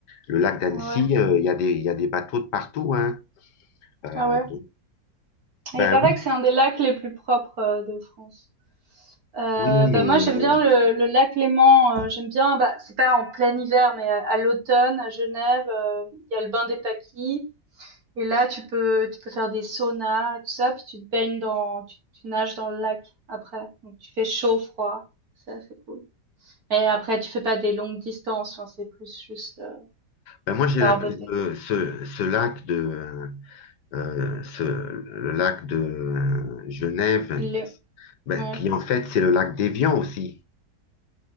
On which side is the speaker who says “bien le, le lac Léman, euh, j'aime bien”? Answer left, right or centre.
Right